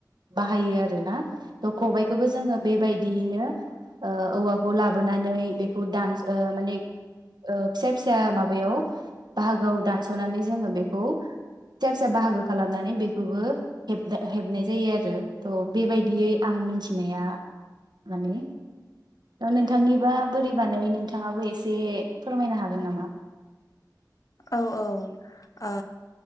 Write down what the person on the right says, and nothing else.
बाहायो आरोना थ खबाइखौबो जोंङो बेबायदियैनो ओ औवाखौ लाब नानै बे दान माने फिसा फिसा माबायाव बाहागोआव दानसनानै जोंङो बेखौ फिसा फिसा बाहागो खालामनानै बेखौबो हेबदा हेबनाय जायो आरो थ बेबायदियै आं मिथिनाया माने ओ नों याबा बोरै बानायो नोंथाङाबो एस बे फोरमायनो हागोन नामा?